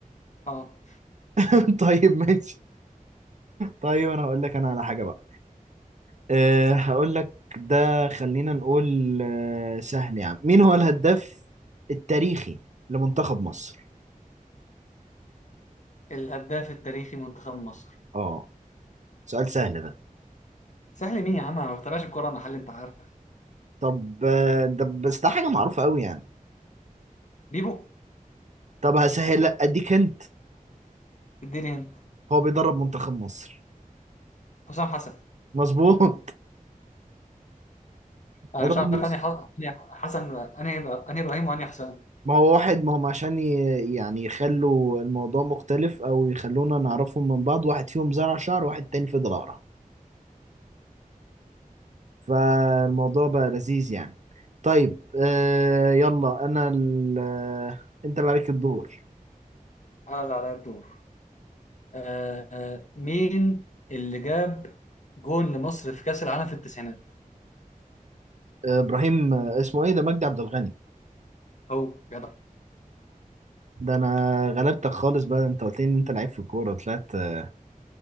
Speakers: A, on the left; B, on the right.
A: اه
B: <laughs> طيب ماشي طيب انا هقول لك انا على حاجه بقى آه هقول لك ده خلينا نقول آه سهل يا عم مين هو الهداف التاريخي لمنتخب مصر
A: الهداف التاريخي لمنتخب مصر
B: اه سؤال سهل ده
A: سهل مين يا عم انا ما بتابعش الكورة انا حل انت عارف
B: طب آه، ده بس ده حاجه معروفه قوي يعني
A: بيبو
B: طب هسهل اديك انت
A: اديني انت
B: هو بيدرب منتخب مصر
A: حسام حسن
B: مظبوط
A: انا
B: أدخل
A: مش عارف
B: مصر
A: انهي ح- انهي حسن انهي انهي ابراهيم وانهي حسام
B: ما هو واحد ما هم عشان ي- يعني يخلوا الموضوع مختلف او يخلونا نعرفهم من بعض واحد فيهم زرع شعر واحد تاني فضل اقرع فالموضوع بقى لذيذ يعني طيب آه يلا انا ال... آه، انت اللي عليك الدور
A: انا اللي عليا الدور آه آه مين اللي جاب جون لمصر في كأس العالم في التسعينات؟
B: آه ابراهيم آه، اسمه ايه ده مجدي عبد الغني
A: هو جدع
B: ده انا غلبتك خالص بقى انت قلت لي ان انت لعيب في الكوره طلعت آه،